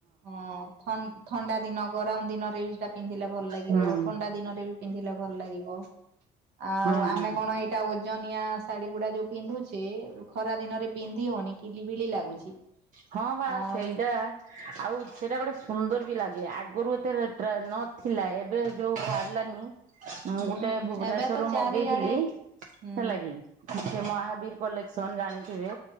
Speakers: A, on the right; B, on the right.
A: ହଁ ଥନ ଥଣ୍ଡା ଦିନ ଗରମ ଦିନରେ ବି ସେଟା ପିନ୍ଧିଲେ ଭଲ ଲାଗିବ
B: ହୁଁ
A: ଥଣ୍ଡା ଦିନରେ ବି ପିନ୍ଧିଲେ ଭଲ ଲାଗିବ। ଆଉ
B: ହଁ
A: ଆମେ
B: ହଁ
A: କଣ ଏଇ ଟା ଓଜନିଆ ଶାଢୀ ଗୁଡା ଯୋଉ ପିନ୍ଧୁଚେ ଯୋଉ ଖରାଦିନରେ ପିନ୍ଧି ହଉନି କିଲିବିଲି ଲାଗୁଚି,
B: ହଁ ବା
A: ଆଉ
B: ସେଇଟା ଆଉ ସେଟା ଗୋଟେ ସୁନ୍ଦର ବି ଲାଗେ ଆଗରୁ ଏତେ ଟ୍ର ନଥିଲା ଏବେ ଯୋଉ ବାହାରିଲାନି ମୁଁ
A: ହୁଁ
B: ଗୋଟେ ଭୁବନେଶ୍ଵରରୁୁ
A: ଏବେ ତ ଚାରିଆଡେ
B: ମଗେଇଥିଲି
A: ହୁଁ
B: ହେଲା କି? ସେ ମହାବୀର କଲେକ୍ସନ ଜାଣିଥିବେ?